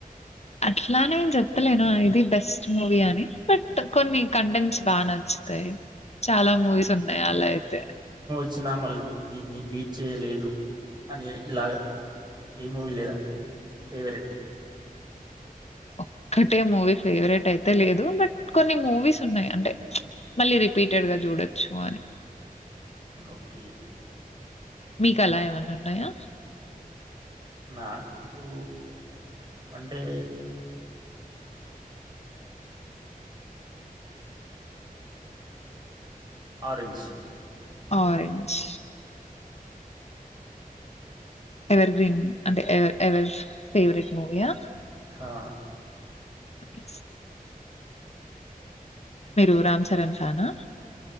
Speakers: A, on the left (about 45°); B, on the right (about 30°).
A: అట్లానేేను చెప్పలేను ఇది బెస్ట్ మూవీ అని బట్ కొన్ని కంటెంట్స్ బా నచ్చుతాయి చాలా మూవీస్ ఉన్నాయి అలా అయితే
B: ఇచ్చినా మళ్ళ దీన్ని బీట్ చేయలేదు అని ఇలాగా ఏ మూవీ లేదా ఫేవరెట్
A: ఒక్కటే మూవీ ఫేవరెట్ అయితే లేదు బట్ కొన్ని మూవీస్ ఉన్నాయి అంటే మళ్ళీ రిపీటెడ్ గా చూడొచ్చు అని
B: ఓకే
A: మీకు అలా ఏమన్న ఉన్నాయా
B: నాకూ అంటే ఆరెంజ్
A: ఆరెంజ్ ఎవర్ గ్రీన్ అంటే ఎవ ఎవర్ ఫేవరెట్ మూవీయా
B: హా
A: అ మీరు రామ్ చరణ్ ఫానా